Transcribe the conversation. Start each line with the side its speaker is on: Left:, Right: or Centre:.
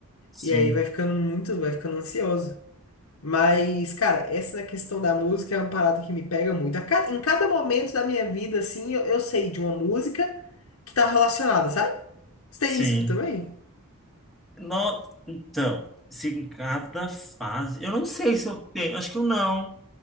Centre: Sim.
Left: e aí vai ficando muito, vai ficando ansioso. Mas, cara, essa questão da música é uma parada que me pega muito. A ca- em cada momento da minha vida, assim, eu, eu sei de uma música que tá relacionada, sabe? Você
Centre: Sim.
Left: tem isso também?
Centre: No, então, se em cada fase. Eu não sei se eu tenho. Acho que eu não.